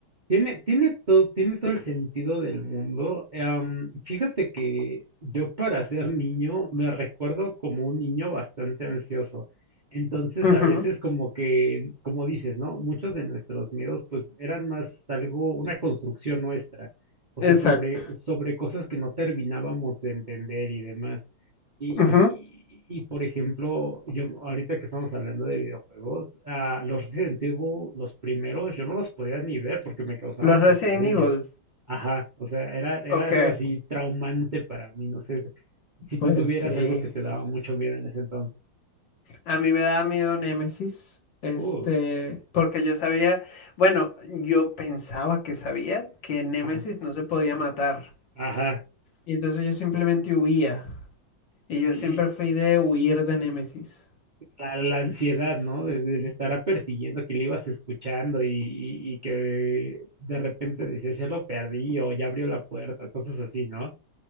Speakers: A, on the right; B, on the left.
A: Tiene, tiene todo, tiene todo el sentido del mundo. Eh, fíjate que yo para ser niño me recuerdo como un niño bastante ansioso. Entonces
B: Ujú,
A: a veces como que, como dices, ¿no? Muchos de nuestros miedos pues eran más algo, una construcción nuestra. O
B: Exacto.
A: sea, sobre, sobre cosas que no terminábamos de entender y demás. Y,
B: Ujú.
A: y, por ejemplo, yo ahorita que estamos hablando de videojuegos, ah, los Resident Evil, los primeros, yo no los podía ni ver porque me causaban
B: Los Resident
A: pesadillas.
B: Evil,
A: Ajá, o sea, era, era
B: ok,
A: algo así traumante para mí, no sé, si
B: pues
A: tú tuvieras
B: sí.
A: algo que te daba mucho miedo en ese entonces.
B: A mí me daba miedo Némesis, este,
A: Uh,
B: porque yo sabía, bueno, yo pensaba que sabía que Némesis
A: ajá,
B: no se podía matar.
A: ajá.
B: Y entonces yo simplemente huía. Y yo
A: Y,
B: siempre
A: y
B: fui de huir de Némesis.
A: la, la ansiedad, ¿no? De, de- de estará persiguiendo, que le ibas escuchando y, y- y que de repente decías, ya lo perdí o ya abrió la puerta, cosas así, ¿no?